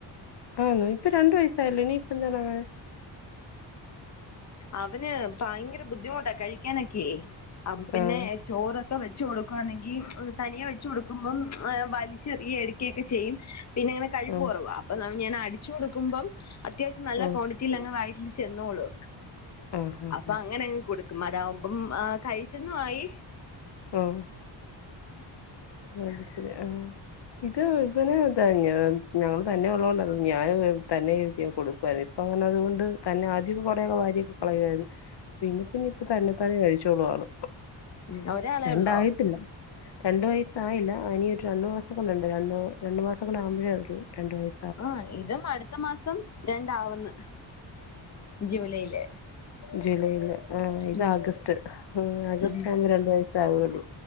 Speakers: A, on the left; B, on the left.
A: ആണോ ഇപ്പൊ രണ്ടു വയസായില്ലേ ഇനീ ഇപ്പംന്താങ്ങ നെ
B: അവന് ഭയങ്കര ബുദ്ധിമുട്ടാ കഴിക്കാനൊക്കെ അപ്പ പിന്നെ
A: ആഹ്
B: ചോറൊ ക്കെ വെച്ച് കൊടുക്കുവാണെങ്കി തനിയെ വെച്ച് കൊടുക്കുബം വലിച്ചെറിയ ഒക്കെ ചെയ്യും പിന്നെ ഇങ്ങനെ കഴിപ്പ്
A: ആഹ്
B: കൊറവാ അപ്പ ഞാൻ അടിച്ചു കൊടുക്കുമ്പം അത്യാവിശ്യം നല്ല
A: ആഹ്
B: കോടി റ്റിലങ്ങ് വയറ്റിൽ ചെന്നോളു
A: ആഹ്
B: അപ്പ
A: ആഹ്
B: അങ്ങനെങ്ങ് കൊടുക്കും അതാവുമ്പം ആ കഴിച്ചെന്നു ആയി
A: ഓഹ് അത് ശെരി ആഹ് ഇത് ഇവന് താ ഇങ്ങനെ ഞങ്ങള് തന്നെ ഉള്ളോണ്ട ഞാന് തന്നെ ഇരുത്തി യങ്ങ് കൊടുക്കാരുന്നു അപ്പ അങ്ങന അതുകൊണ്ട് തന്നെ ആദ്യംക്കെ കൊറെയൊക്കെവാര്യക്കെ കളയാരുന്നു പിന്നെ പിന്നെ ഇപ്പ തന്നെതാന്നെ കഴിച്ചോളൂ ആള്
B: ആഹ് ഒരാളെ
A: രണ്ടായിട്ടില്ല
B: ഉള്ളോ
A: രണ്ട് വയസ്സായില്ല ഇനിയൊരു രണ്ട് മാസം കൂടണ്ട് രണ്ട് മാ രണ്ട് മാസം കൂടേ ആവുമ്പഴേ ആ വെള്ളൂ രണ്ട് വയസ്സ്
B: ആഹ് ഇതും അടുത്ത മാസം രണ്ടാ വ്ന്ന് ജൂലൈയില്
A: ജൂലൈല് ആഹ് ഇത്
B: ഉം
A: ആഗസ്റ്റ് ആ ആഗസ്റ്റ്
B: ഉം
A: ആവുമ്പ രണ്ട് വയസ്സാകൊള്ളൂ